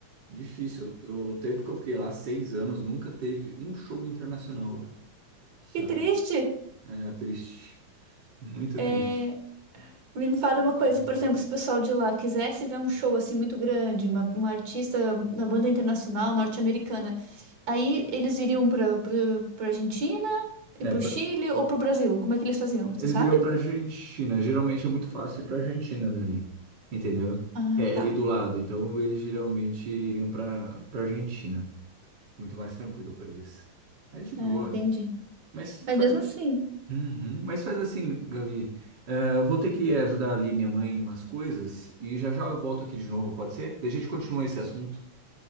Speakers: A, on the right (about 35°); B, on the right (about 55°).
A: Difícil. O o tempo que eu fiquei lá, seis anos, nunca teve um show internacional lá. Sabe?
B: Que triste!
A: É triste. Muito
B: É,
A: triste.
B: me
A: Mas.
B: fala uma coisa,
A: hum.
B: por exemplo, se o pessoal de lá quisesse ver um show assim muito grande, uma, uma artista na banda internacional norte-americana, aí eles iriam para para Argentina e
A: É,
B: para
A: pra-
B: o Chile ou para o Brasil? Como é que eles faziam? Você
A: Eles
B: sabe?
A: iriam pra Argentina. Geralmente é muito fácil ir pra Argentina dali. Entendeu?
B: Ah,
A: Que É
B: tá.
A: ali do lado. Então eles geralmente iriam pra, pra Argentina. Muito mais tranquilo pra eles. É de boa.
B: Ah, entendi.
A: Mas,
B: Mas
A: fa-
B: mesmo assim,
A: Uhum. Mas faz assim, Gabi. Eh, eu vou ter que ajudar ali minha mãe em umas coisas. E já já eu volto aqui de novo, pode ser? Daí a gente continua esse assunto.